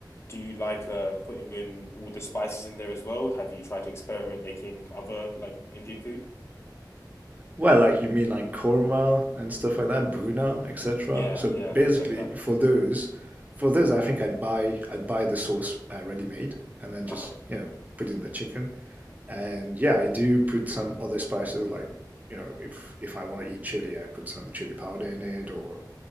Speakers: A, on the left (about 35°); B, on the right (about 20°).
A: do you like uh putting in all the spices in there as well? Have you tried to experiment making other like Indian food?
B: Well, like you mean like korma and stuff like that, buna, etc.
A: Yeah,
B: So
A: yeah,
B: basically,
A: things like that.
B: for those, for those, I think I'd buy I'd buy the sauce uh, ready-made and then just,
A: Uh-huh.
B: you know, put in the chicken. And yeah, I do put some other spices like, you know, if if I want to eat chili, I put some chili powder in it or